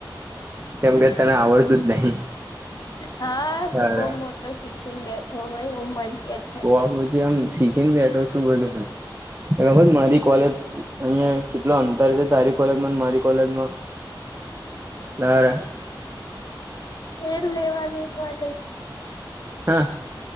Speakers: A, on the right (about 30°); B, on the left (about 50°).
A: કેમ કે તને આવડતું જ નહી.
B: હા
A: તારે
B: તું બઉવ મોટો શીખીને બેઠો હોય એવું મને કે છે.
A: હ પછી આમ શીખી ને બેઠો છું બોલું હું. ખબર મારી કોલેજ અહિયાં કેટલો અંતર છે તારી કોલેજમાં મારી કોલેજમાં- નારા-
B: એ લેવા દે કોલેજ
A: હા